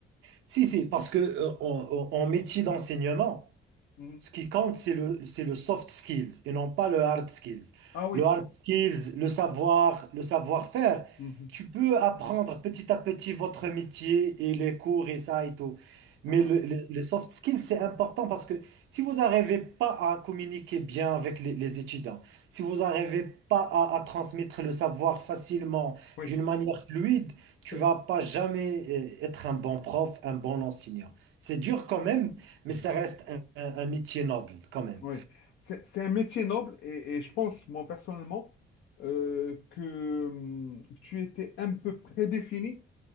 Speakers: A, on the right; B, on the left.
A: Si, si, parce que euh, en en- en métier d'enseignement,
B: Mhm.
A: Ce qui compte, c'est le, c'est le soft skills et non pas le hard skills.
B: Ah oui.
A: Le hard skills, le savoir, le savoir-faire,
B: Mhm.
A: tu peux apprendre petit à petit votre métier et les cours et ça et tout. Mais
B: Voilà.
A: le, le- le soft skills, c'est important parce que si vous n'arrivez pas à communiquer bien avec les, les étudiants, si vous n'arrivez pas à, à transmettre le savoir facilement,
B: Oui.
A: d'une manière fluide, tu
B: Euh,
A: vas pas jamais euh, être un bon prof, un bon enseignant. C'est dur quand même, mais
B: mhm.
A: ça reste un, un- un métier noble quand même.
B: Oui. C'est, c'est un métier noble et, et je pense, moi personnellement, euh, que hum, tu étais un peu prédéfini